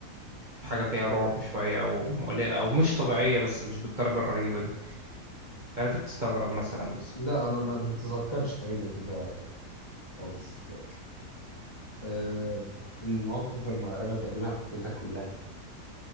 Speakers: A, on the right; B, on the left.
A: حاجه فيها رعب شويه او مقلقه او مش طبيعيه بس مش بالدرجه الرهيبه دي خلتك تستغرب مثلا بس
B: لا انا ما بتذكرش حاجة زي كده خالص دلوقتي آه المواقف المرعبة تقريبا حكيتها كلها